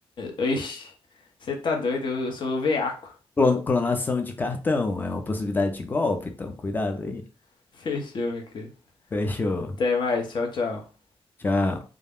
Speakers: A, on the left (about 50°); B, on the left (about 20°).
A: Ixi, você tá doido? Eu, eu sou o veaco.
B: Clon- Clonação de cartão é uma possibilidade de golpe, então cuidado aí.
A: <laughs> Fechou, meu querido.
B: Fechou.
A: Até mais. Tchau, tchau.
B: Tchau.